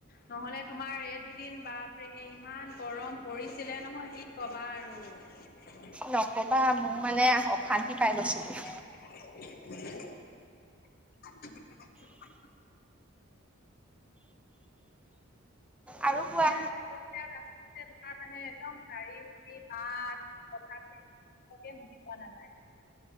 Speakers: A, on the left (about 45°); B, in the centre.
A: নহ'লে তোমাৰ এই দুদিন বাপৰে ইমান গৰম পৰিছিলে নহয় কি ক'বা আৰু।
B: নকবা মোৰ মানে অশান্তি পাই গৈছিলোঁ।
A: <inaudible> <inaudible>
B: আৰু কোৱা
A: <unintelligible> আছোঁ যে তোমাৰ মানে একদম গাড়ী যি মাত কথা। <unintelligible> শুনি পোৱা নাযায়।